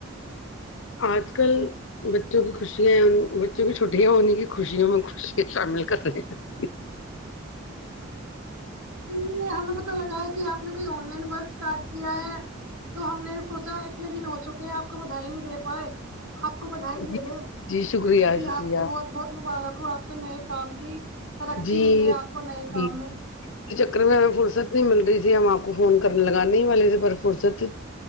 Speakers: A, on the left; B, on the right.
A: آج کل بچوں کی خوشیاں ہیں بچوں کی چھٹٹییاں ہونے کی خوشیوں میں خوشیاں شامل کر رہے ہیں
B: ہمیں پتا لگا ہے کہ آپ نے کوئی آن لائن ورک اسٹارٹ کیا ہے تو ہم نے سوچا اتنے دن ہو چکے ہیں آپ کو بدھائی ہی نہیں دے پائے آپ کو بھائی دے
A: جی
B: دیں
A: جی شکریہ
B: کہ
A: شکریہ
B: آپ کو بہت بہت مبارک ہو آپ کے نئے کام کی ترقی
A: جی
B: ملیے آپ کو نئے
A: جی
B: کام میں
A: اس چکر میں ہمیں فرصت نہیں مل رہی تھی ہم آپ کو فون کرنے لگا نہیں والے تھے پر فرصت